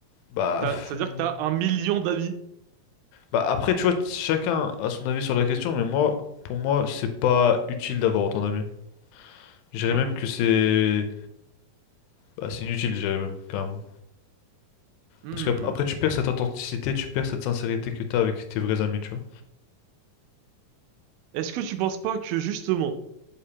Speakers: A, on the left; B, on the right.
A: bah,
B: T'as-
A: pff,
B: C'est-à-dire
A: hmm,
B: que t'as un million d'amis.
A: bah après, tu vois, chacun a son avis sur la question, mais moi, pour moi, c'est pas utile d'avoir autant d'amis. Je dirais
B: Mhm.
A: même que c'est bah, c'est inutile, je dirais même, carrément.
B: Hmm.
A: Parce qu'après, tu perds cette authenticité, tu perds cette sincérité que t'as avec tes vrais amis, tu vois.
B: Est-ce que tu penses pas que, justement,